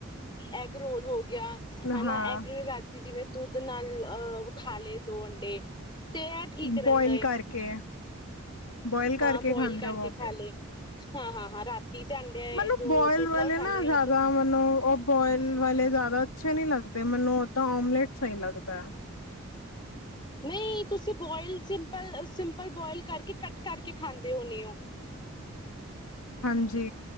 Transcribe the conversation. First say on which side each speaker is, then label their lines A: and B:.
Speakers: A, on the left; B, on the left.
A: ਐਗ ਰੋਲ ਹੋ ਗਿਆ ਹਨਾ
B: ਹਾਂ
A: ਐਗ ਵੈ ਤਿ ਜਿਵੇਂ ਦੁੱਧ ਨਾਲ ਅਹ ਖਾ ਲਏ ਦੋ ਅੰਡੇ। ਤੇ ਇਹ ਠੀਕ ਰਹਿੰਦਾ
B: ਬੋਆਇਲ
A: ਏ
B: ਕਰਕੇ। ਬੋਇਲ ਕਰਕੇ
A: ਹਾਂ ਬੋਇਲ
B: ਖਾਂਦੇ
A: ਕਰਕੇ
B: ਹੋਵੋਗੇ
A: ਖਾ ਲਏ। ਹਾਂ-ਹਾਂ-ਹਾਂ ਰਾਤੀ ਤੇ ਅਂਡਿਆ
B: ਮੈਨੂੰ
A: ਜੋ
B: ਬੋਇਲ
A: ਦੁੱਧ
B: ਵਾਲੇ
A: ਨਾਲ ਖਾਣੀ
B: ਨਾ
A: ਆ।
B: ਜ਼ਿਆਦਾ
A: ਉਹ ਤੇ
B: ਮੈਨੂੰ ਉਹ ਬੋਇਲ ਵਾਲੇ ਜ਼ਿਆਦਾ ਅੱਛੇ ਨਹੀਂ ਲੱਗਦੇ ਮੈਨੂੰ ਉਹ ਤਾਂ ਆਮਲੇਟ ਸਹੀ ਲੱਗਦਾ ਹ।
A: ਨਹੀਂ ਤੁਸੀਂ ਬੋਇਲ ਸਿੰਪਲ-ਸਿੰਪਲ ਬੋਇਲ ਕਰਕੇ ਕੱਟ ਕਰਕੇ ਖਾਂਦੇ ਹੋਣੇ ਹੋ
B: ਹਾਂਜੀ